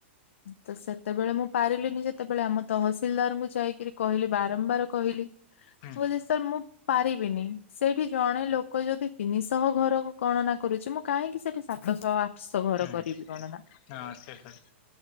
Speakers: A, on the left; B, on the left.
A: ତ ସେତେବେଳେ ମୁଁ ପାରିଲିନି ଯେତେବେଳେ ଆମ ତହସିଲଦାରଙ୍କୁ ଯାଇ କହିଲି ବାରମ୍ବାର କହିଲି <unintelligible>
B: ହୁଁ
A: <unintelligible> ମୁଁ ପାରିବିନି ସେଇଠି ଜଣେ ଲୋକ ଯଦି ତିନି <unintelligible> ଘର ଗଣନା କରୁଛି ମୁଁ କାହିଁକି ସେଠି ସାତଶହ <unintelligible> ଘର
B: ହୁଁ
A: କରିବି ଗଣନା।
B: ହଁ ସେଇଟା